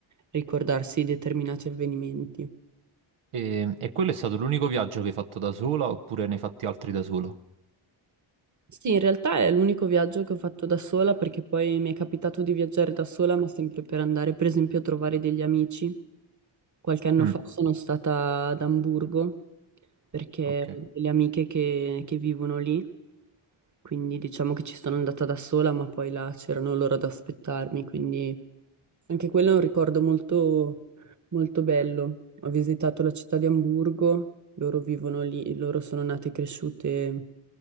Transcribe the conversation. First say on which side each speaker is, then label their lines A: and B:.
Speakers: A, on the right (about 35°); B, on the right (about 80°).
A: ricordarsi determinati avvenimenti.
B: E, e quello è stato l'unico viaggio che hai fatto da sola oppure ne hai fatti altri da sola?
A: Sì, in realtà è l'unico viaggio che ho fatto da sola perché poi mi è capitato di viaggiare da sola, ma sempre per andare, per esempio, a trovare degli amici. Qualche anno
B: Mm,
A: fa sono stata ad Amburgo perché
B: Ok,
A: ho delle amiche che, che vivono lì, quindi diciamo che ci sono andata da sola, ma poi là c'erano loro ad aspettarmi, quindi Anche quello è un ricordo molto, molto bello. Ho visitato la città di Amburgo, loro vivono lì, loro sono nate e cresciute